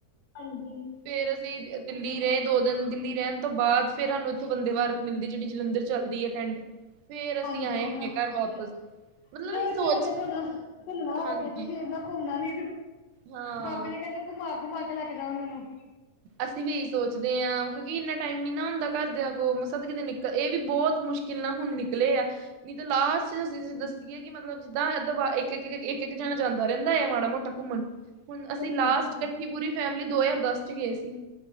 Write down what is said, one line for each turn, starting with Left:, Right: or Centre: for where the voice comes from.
Left: ਹਾਂਜੀ
Right: ਫੇਰ ਅਸੀਂ ਦਿੱਲੀ ਰਹੇ ਦੋ ਦਿੱਲੀ ਰਹਿਣ ਤੋਂ ਬਾਅਦ ਫੇਰ ਸਾਨੂੰ ਉੱਥੋਂ ਬੰਦੇ ਭਾਰਤ ਮਿਲਦੀ ਜਿਹੜੀ ਜਲੰਧਰ ਚੱਲਦੀ ਹੈ ਕੈਂਟ ਫੇਰ ਅਸੀਂ
Left: ਹਾਂਜੀ-ਹਾਂਜੀ
Right: ਆਏ ਆਪਣੇ ਘਰ ਵਾਪਸ ਮਤਲਬ
Left: ਚਲੋ
Right: ਅਸੀਂ
Left: ਇਸੇ
Right: ਸੋਚ
Left: ਬਣੇ ਤੁਹਾਡਾ ਘੁੰਮਣਾ
Right: ਹਾਂਜੀ
Left: ਹੋਗੇ ਤੁਸੀਂ ਏਦਾਂ ਘੁੰਮਣਾ ਵੀ
Right: ਹਾਂ
Left: ਬਾਬੇ ਨੇ ਕਹਿੰਦੇ ਘੁਮਾ -ਘੁਮਾ ਕੇ ਲੈ ਕੇ ਜਾਵ ਤਾਨੂੰ
Right: ਅਸੀਂ ਵੀ ਇਹੀ ਸੋਚਦੇ ਹਾਂ ਕਿਉਂਕਿ ਇੰਨਾ ਟਾਈਮ ਨੀ ਨਾ ਹੁੰਦਾ ਘਰਦਿਆਂ ਕੋਲ ਮਸਾ ਤਾਂ ਕਿਤੇ ਨਿਕਲ ਇਹ ਵੀ ਬਹੁਤ ਮੁਸ਼ਕਿਲ ਨਾ ਹੁਣ ਨਿਕਲੇ ਆ। ਨਹੀਂ, ਤਾਂ ਲਾਸਟ'ਚ ਅਸੀਂ ਦੱਸੀਏ ਕਿ ਮਤਲਬ ਜਿੱਦਾਂ ਦ, ਇੱਕ-ਇੱਕ ਜਾਣਾ, ਜਾਂਦਾ ਰਹਿੰਦਾ ਹੈ, ਮਾੜਾ ਮੋਟਾ ਘੁੰਮਣ ਹੁਣ ਅਸੀਂ
Left: ਬਿਲਕੁਲ
Right: ਲਾਸਟ
Left: ਬਿਲਕੁਲ
Right: ਇਕੱਠੀ ਪੂਰੀ ਫੈਮਿਲੀ ਦੋ-ਹਜ਼ਾਰ ਦਸ'ਚ ਗਏ ਸੀ।